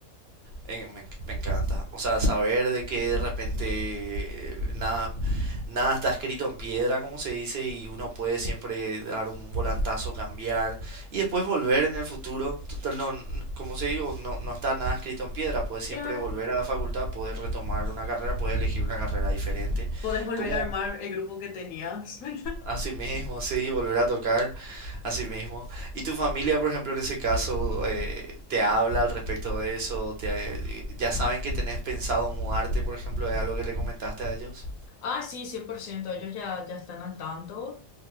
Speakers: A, on the right (about 55°); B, on the left (about 80°).
A: Eh, Me, me encanta. O sea, saber de que de repente eh, nada, nada está escrito en piedra, como se dice, y uno puede siempre dar un volantazo, cambiar y después volver en el futuro. Total, no, n- como se digo, no, no está nada escrito en piedra. Puedes siempre
B: Claro.
A: volver a la facultad, puedes retomar una carrera, puedes elegir una carrera diferente.
B: Podés volver
A: Como,
B: a armar el grupo que tenías. <laughs>
A: Así mismo, sí, volver a tocar, así mismo. ¿Y tu familia, por ejemplo, en ese caso, eh, te habla al respecto de eso? ¿Te- ya saben que tenés pensado mudarte, por ejemplo, es algo que le comentaste a ellos?
B: Ah, sí, cien por ciento Ellos ya, ya están al tanto.